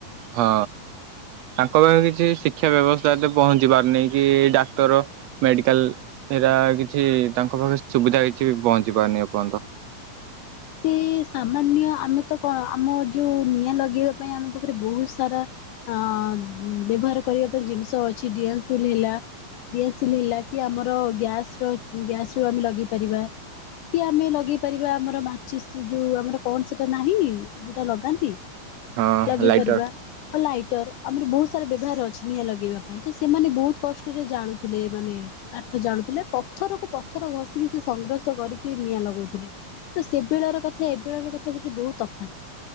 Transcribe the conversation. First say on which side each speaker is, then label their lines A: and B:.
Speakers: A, on the right; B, on the left.
A: ହଁ ତାଙ୍କ ପାଖରେ କିଛି ଶିକ୍ଷା ବ୍ୟବସ୍ଥା ଏତେ ପହଞ୍ଚି ପାରୁନି କି ଡାକ୍ତର। ମେଡିକାଲ ଏରା କିଛି ତାଙ୍କ ପାଖରେ ସୁବିଧା କିଛି ବି ପହଞ୍ଚି ପାରୁନି ଏପର୍ଯ୍ୟନ୍ତ।
B: ସି ସାମାନ୍ୟ ଆମେ ତ କଣ ଆମ ଯୋଉ ନିଆଁ ଲଗେଇବା ପାଇଁ ଆମ ପାଖରେ ବହୁତ ସାରା। ହଁ ବ୍ୟବହାର କରିବା ପାଇଁ ଜିନିଷ ଅଛି ଡିଆସୁଲ ହେଲା। ଡିଆସିଲ ହେଲା କି ଆମର ଗ୍ୟାସ୍ ର ଗ୍ୟାସ୍ ରୁ ଆମେ ଲଗେଇପାରିବା। କି ଆମେ ଲଗେଇ ପାରିବା ଆମର ବା ଯୋଉ ଆମର କଣ ସେଟା ନାହିଁ ଯୋଉଟା ଲଗାନ୍ତି
A: ହଁ
B: ଲଗେଇ
A: ଲାଇଟର
B: ପାରିବା। ହ ଲାଇଟର ଆମର ବହୁତ ସାରା ବ୍ୟବହାର ଅଛି ନିଆଁ ଲଗେଇବା ପାଇଁ ତ ସେମାନେ ବହୁତ କଷ୍ଟରେ ଜାଳୁଥିଲେ ମାନେ। କାଠ ଜାଳୁଥିଲେ ପଥରକୁ ପଥର ଘଷିକି ସେ ସଂଘର୍ଷ କରିକି ନିଆଁ ଲଗଉଥିଲେ ତ ସେ ସେ ବେଳର କଥା ଏବେଳର କଥା ଭିତରେ ବହୁତ ତଫାତ୍।